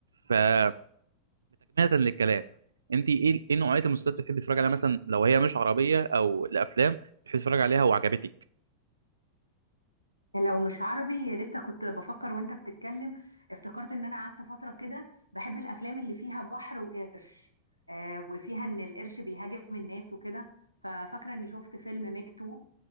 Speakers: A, on the right; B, on the left.
A: فبتكمله للكلام انت ايه ايه نوعيه المسلسلات اللي بتحبي تتفرجي عليها مثلا لو هي مش عربيه او الافلام بتحبي تتفرجي عليها وعجبتك
B: لو مش عربي لسه كنت بفكر وانت بتتكلم افتكرت ان انا قعدت فترة كده بحب الافلام اللي فيها بحر وقرش آه وفيها ان القرش بيهاجم الناس وكده ففاكرة اني شفت فيلم ميك 2